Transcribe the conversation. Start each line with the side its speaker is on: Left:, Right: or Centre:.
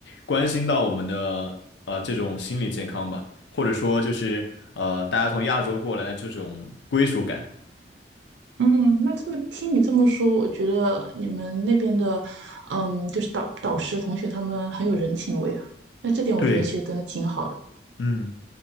Left: 关心到我们的呃这种心理健康吧，或者说就是呃大家从亚洲过来的这种归属感。
Right: 嗯，那这么听你这么说，我觉得你们那边的，嗯，就是导导师、同学他们很有人情味啊。那这点我觉得其实真的挺好的。
Left: 对，嗯。